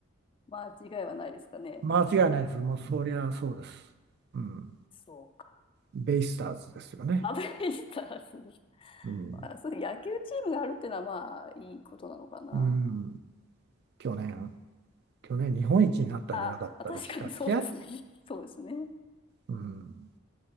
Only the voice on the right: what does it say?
間違いないです。もうそりゃそうです。うん。
ベイスターズですよね。
うん。
うん。去年、去年日本一になったんじゃなかったでしたっけ
うん。